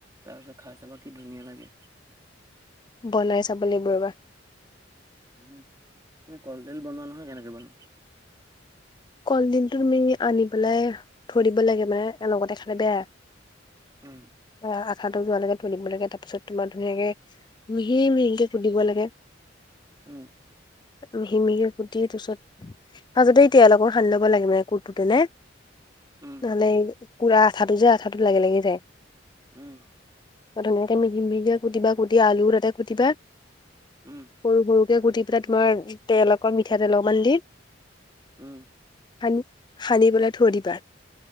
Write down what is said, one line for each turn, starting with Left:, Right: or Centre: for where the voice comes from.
Right: তাৰপিছত খাই চাব কি ধুনীয়া লাগে।
Left: বনাই চাব লাগিব ৰবা।
Right: উ তুমি কলদিল বনোৱা নহয়, কেনেকে বনোৱা?
Left: কলডিলটো তুমি আনি পেলাই থৈ দিব লাগে মানে লগতে খালে বেয়া।
Right: উম
Left: <unintelligible> আঠাটো যোৱালৈকে থৈ দিব লাগে তাৰপিছত তোমাৰ ধুনীয়াকে মিহি মিহিকে কুটিব লাগে।
Right: উম
Left: মিহি মিহিকে কুটি তাছত আগতে তেল অকন সানি ল'ব লাগে মানে কুটোতেনে।
Right: উম
Left: মানে কুলা আঠাটো যে আঠাটো লাগি লাগি যায়।
Right: উম
Left: ধুনীয়াকে মিহি মিহি কুটিবা কুটি আলু তাতে কুটিবা
Right: উ
Left: সৰু সৰুকে কুটি পেলাই তোমাৰ তেল অকমান মিঠাতেল অকমান দি
Right: উম।
Left: সানি সানি পেলাই থৈ দিবা।